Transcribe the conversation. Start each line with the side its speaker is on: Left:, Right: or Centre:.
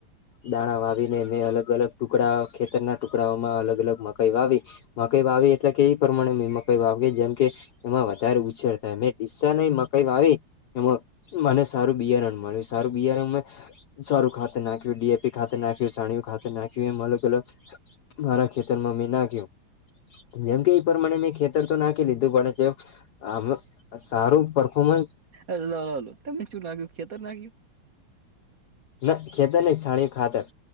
Left: દાણા વાવી અને મેં અલગ અલગ ટુકડા ખેતરના ટુકડાઓમાં અલગ અલગ મકાઈ વાવી મકઈ વાવી એટલે કે એ પ્રમાણે મે મકઈ વાવી જેમ કે એમાં વધારે થાય મેં દિસ્સા નહી મકઈ વાવી એ મને સારું બિયારણ મળ્યું છે. સારું બિાર સારું ખાત નાખ્યુંડીપી ખા નાખ્યું સાણી ખાતે નાખ્યું એમ અલગ અલગ મારા ખેતરમાં મેં નાખ્યું જેમ કે એ પર મણે મેં ખેતર તો નાખી લીધું પણ આમાં સારું પરફોમન્સ
Right: એલો તમે શું નાગ્યું ખેતર નાગ્યું
Left: ના ખેતર નહી છણી ખાતર